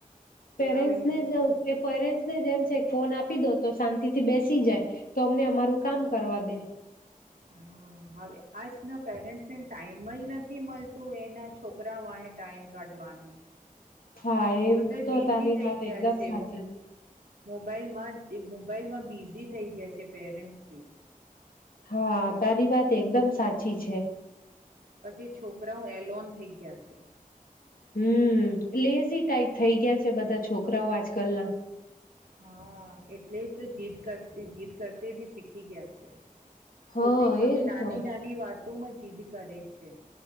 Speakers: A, on the right; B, on the left.
A: એ
B: પેરેન્ટસ
A: હવે
B: ને પેરેન્ટ્ ને જેમ છે ફોન આપી દો તો શાંતિ થી બેસી જાય, તો અમને અમારું કામ કરવા દે.
A: હ હવે આજના પેરેન્ટ્સને ટાઈમ જ નથી મળતું એના છોકરા વાને ટાઈમ કાઢવાનું.
B: હા એ
A: બધ્યારે
B: તો
A: બિઝી
B: તારી
A: થઈ
B: વાત
A: ગયા
B: એકદમ
A: છે
B: સાચી
A: મોબાઈલમાં મોબાઈલમાં બિઝી થઈ ગયા છે પેરેન્ટસ બી.
B: હા તારી વાત એકદમ સાચી છે.
A: પછી છોકરાઓ એલોન થઈ ગયા છે.
B: હમ લેઝી ટાઈપ થઈ ગયા છે. છે બધા છોકરાઓ આજકાલના.
A: હા એટલે જ તો જીદ કર જીદ કરતા બી શીખી ગયા છે.
B: હા
A: છોટી છોટી
B: એજ
A: નાની
B: તો
A: નાની વાતોમાં જ સીદ કરે છે.